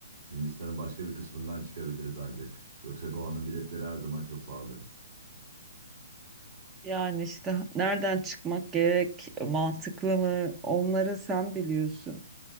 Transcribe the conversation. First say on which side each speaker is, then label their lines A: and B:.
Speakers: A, on the right (about 60°); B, on the right (about 15°).
A: Hindistan'ın başka bir kısmından çıkabiliriz ancak. Yoksa Goa'nın biletleri her zaman çok pahalı.
B: Yani işte nereden çıkmak gerek, mantıklı mı? Onları sen biliyorsun.